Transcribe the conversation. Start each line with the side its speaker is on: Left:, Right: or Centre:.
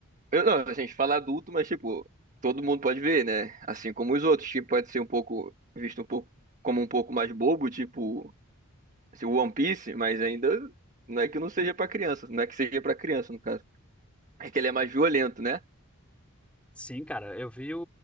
Right: eu, não, a gente fala adulto, mas, tipo, todo mundo pode ver, né? Assim como os outros, que pode ser um pouco, visto um pouco, como um pouco mais bobo, tipo, assim, One Piece, mas ainda não é que não seja pra criança, não é que seja pra criança, no caso. É que ele é mais violento, né?
Centre: Sim, cara, eu vi o,